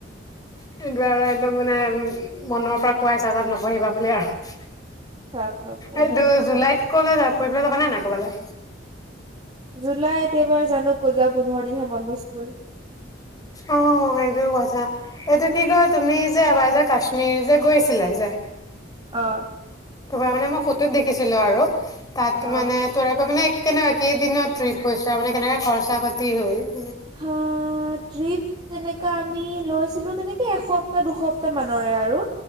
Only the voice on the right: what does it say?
তাৰ পা নপঢ়ো।
জুলাইত এইবাৰ জানো ক'ত যাওঁ, পোন্ধৰ দিনহে বন্ধ স্কুল।
অঁ।
অ
অ', ট্ৰিপ তেনেক আমি লৈছিলো, তেনেকে এশপ সপ্তাহ- দুসপ্তাহ মানৰে আৰু।